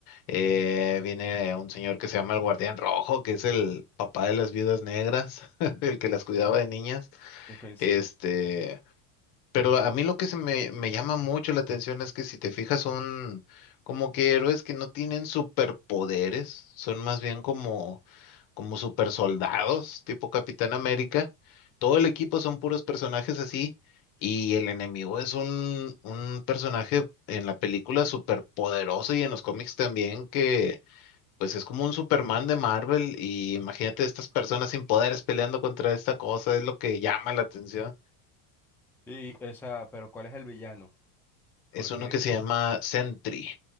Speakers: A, on the left; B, in the centre.
A: eh, viene un señor que se llama el Guardián Rojo, que es el papá de las viudas negras, <laughs> el que las cuidaba de niñas,
B: Es coincidencia.
A: este, pero a mí lo que se me, me llama mucho la atención es que si te fijas son como que héroes que no tienen superpoderes, son más bien como, como supersoldados, tipo Capitán América. Todo el equipo son puros personajes así y el enemigo es un, un personaje en la película superpoderoso y en los cómics también que pues es como un Superman de Marvel y imagínate estas personas sin poderes peleando contra esta cosa, es lo que llama la atención.
B: Y esa, pero ¿cuál es el villano? Porque...
A: Es uno que se llama Sentry.